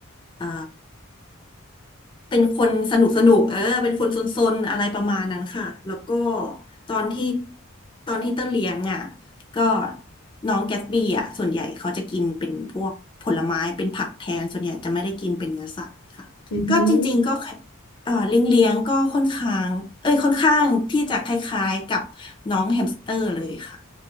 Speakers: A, on the left; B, on the left.
A: เอ่อ เป็นคนสนุกสนุกเออเป็นคนซนๆอะไรประมาณนั้นค่ะแล้วก็ตอนที่ตอนที่เต้นเลี้ยงอ่ะก็น้องแกสบี้อ่ะส่วนใหญ่เขาจะกินเป็นพวกผลไม้เป็นผักแทนส่วนใหญ่จะไม่ได้กินเป็นเนื้อสัตว์ค่ะก็จริงๆก็
B: อืม
A: เอ่อเลี้ยงเลี้ยงก็ค่อนข้างเอ้ยค่อนข้างที่จะคล้ายๆกับน้องแฮมสเตอร์เลยค่ะ